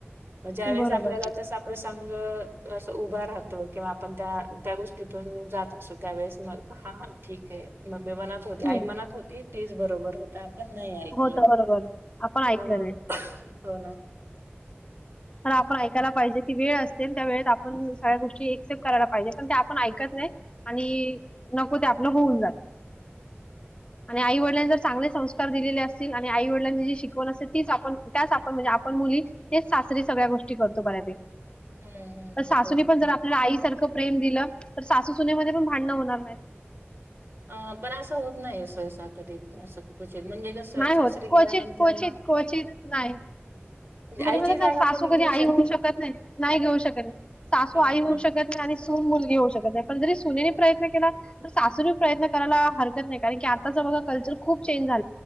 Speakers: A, on the right (about 55°); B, on the left (about 25°).
A: ज्यावेेळेस
B: बरोबर
A: आपल्याला तसा प्रसंग असं उभं राहतो किंवा आपण त्या त्या गोष्टीतून जात असो त्यावेेळेस मग हा ठीक आहे मम्मी मनात होते
B: हम्म
A: आई मनात होती तेच बर बर होत आपण नाही ऐकलं
B: होत बरोबर आपण ऐकलं
A: ह
B: नाही
A: हो ना
B: पण आपण ऐकायला पाहिजे ती वेळ असते त्या वेळेत आपण सगळ्या गोष्टी एक्सटेप करायला पाहिजे पण त्या आपण ऐकत नाही आणि नको ते आपलं होऊन जात
A: <inaudible>
B: आणि आई वडिलांचा. चग संकार दिले अस आणि आई वडलांची ज शिकवण असते ती आपण आपण म्हणजे आपण मुली. स्या गोष्टी करतो ब
A: हम्म हम्म
B: सास
A: हो ना
B: पण
A: हो.
B: ज आपल्या आईसारख. प्रेम दिलं तर सासू सुनमध्ये पण भांडण होणार नाही.
A: अ पण असं होत नाही स साकतिक स कु. म्हणजे क
B: नाही
A: सासरी
B: होत क्वचित
A: गेल्यानंतर.
B: क्वचित क्वचित नाही म्हणजे
A: आईची
B: मण
A: जागा
B: ना सासू
A: कोणी
B: कधी
A: घेऊ
B: आई होऊ शकत नाही नाही घेऊ शकत नाही सासू
A: हां.
B: आई होऊ शकत नाही आणि मुलगी होऊ शकत नाही पण जरी सुनेनी प्रयत्न केला. सासूवीिक प्रयत्न करायला हरकत नाही कारण की आताच बघा कल्चर खूप. झा